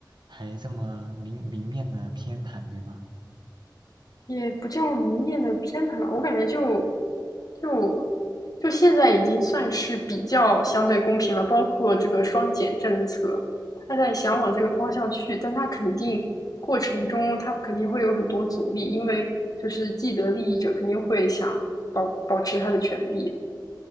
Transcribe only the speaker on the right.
还这么明明面的偏袒，对吧？